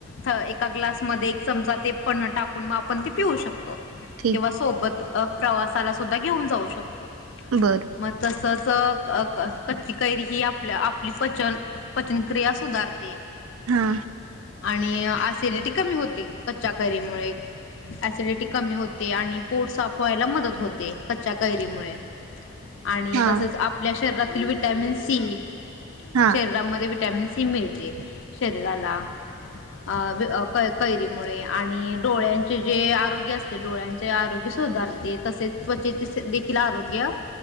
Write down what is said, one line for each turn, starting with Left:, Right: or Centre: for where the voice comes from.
Left: थ् एका ग्लासमध्ये एक चमचा ते पन्ह टाकून म आपणते पिऊ शक तो
Right: ठीक
Left: किंवा सोबत अ प्रवासाला सुद्धा घेऊन जाऊ शक
Right: बर
Left: म तस च्च क्अ क्अ कच्ची कैरी ही आपल्या आपली पचन पचनक्रिया सुधारते
Right: हा
Left: आणि आस सीलीटी कमी होती. कच्च्या कैरीमुळे एसिडिटी कमी होती आणि पोट साफ व्हायला मदत होते. कच्च्या कैरीमुळे. आणि
Right: हा
Left: तसेच आपल्या शररातील व्हिटॅमिन सीइ
Right: हा
Left: शरीरामध्ये व्हिट टॅमिन सी मिळ ते शरीराला आ विअ कै कैरीमुळे आणि डोळ्यांचे जे आरोग्य असते डोळ्यांचे आरोग्य सुधारते तसेच त्वचेचेचे देखील आरोग किया